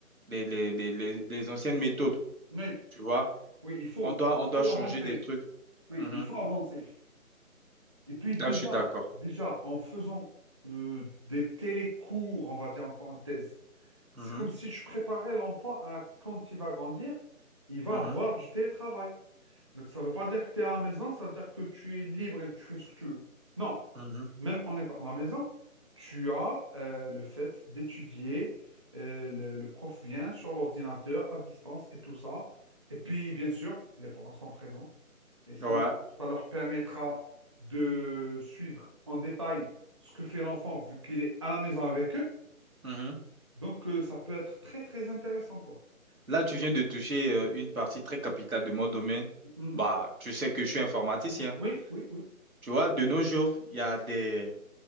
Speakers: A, on the right; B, on the right.
A: les, les, les, les les anciennes méthodes,
B: Oui,
A: tu vois.
B: oui, il faut,
A: On doit,
B: il
A: on
B: faut
A: doit changer
B: avancer.
A: des trucs.
B: Oui,
A: Mhm.
B: il faut avancer. Et puis déjà,
A: Là, je suis d'accord.
B: déjà, en faisant euh, des télécours, on va dire en parenthèse, C'est
A: Mhm.
B: comme si tu préparais l'enfant à quand il va grandir, il va
A: Mhm.
B: avoir du télétravail. Donc ça ne veut pas dire que tu es à la maison, ça veut dire que tu es libre et tu fais ce que tu veux. Non,
A: Mhm.
B: même en étant à la maison, tu as euh, le fait d'étudier, euh, le, le prof vient sur l'ordinateur à distance et tout ça. Et puis, bien sûr, les parents sont présents et ça
A: Ouais.
B: leur, ça leur permettra de suivre en détail ce que fait l'enfant vu qu'il est à la maison avec eux.
A: Mhm.
B: Donc, euh, ça peut être très, très intéressant, quoi.
A: Là, tu viens de toucher euh, une partie très capitale de mon domaine.
B: Mhm.
A: Bah, tu sais que je suis informaticien.
B: Oui, oui, oui.
A: Tu vois, de nos jours, il y a des,